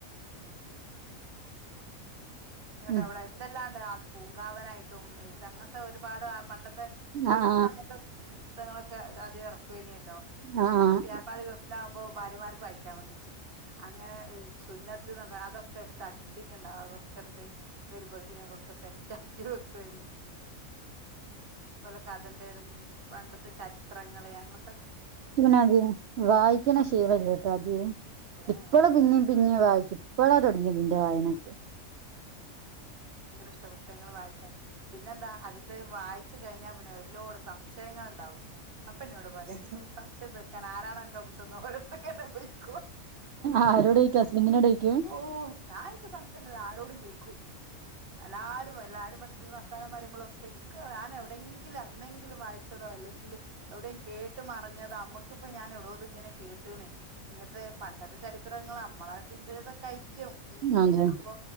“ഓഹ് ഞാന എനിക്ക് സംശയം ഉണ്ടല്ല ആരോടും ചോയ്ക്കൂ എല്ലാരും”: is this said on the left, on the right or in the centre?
Right